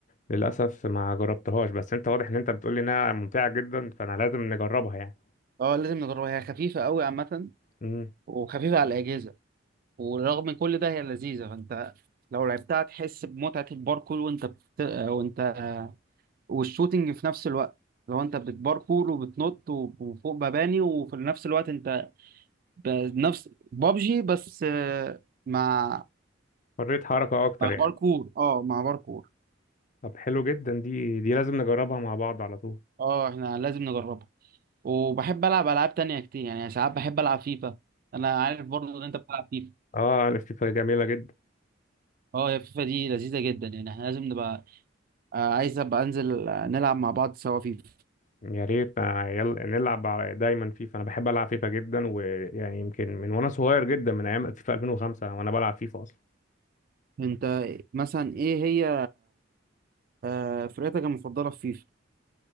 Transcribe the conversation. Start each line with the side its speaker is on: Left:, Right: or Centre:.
Left: للاسف ما جربتهاش بس انت واضح ان انت بتقول لي انها ممتعه جدا فانا لازم نجربها يعني
Right: اه لازم نجربها هي خفيفه قوي عامه
Left: امم
Right: وخفيفه على الاجهزه ورغم من كل ده هي لذيذة فانت لو لعبتها تحس بمتعة الباركور وانت بت... وانت والشوتينج في نفس الوقت لو انت بتباركور وبتنط و- وفوق مباني وفي نفس الوقت انت بنفس بابجي بس آه، مع
Left: حريه حركه اكتر
Right: مع
Left: يعني
Right: باركور اه مع باركور
Left: طب حلو جدا دي دي لازم نجربها مع بعض على طول
Right: اه احنا لازم نجربها وبحب العب العاب تانية كتير يعني ساعات بحب العب فيفا انا عارف برضه ان انت بتلعب فيفا
Left: اه انا فيفا جميله جدا
Right: اه يا فيفا دي لذيذة جدا يعني احنا لازم نبقى آه، عايز ابقى انزل آه، نلعب مع بعض سوا فيفا
Left: يا ريت آه، يلا نلعب على دايما فيفا انا بحب العب فيفا جدا ويعني يمكن من وانا صغير جدا من ايام فيفا 2005 وانا بلعب فيفا اصلا
Right: انت مثلا ايه هي آه، فرقتك المفضله في فيفا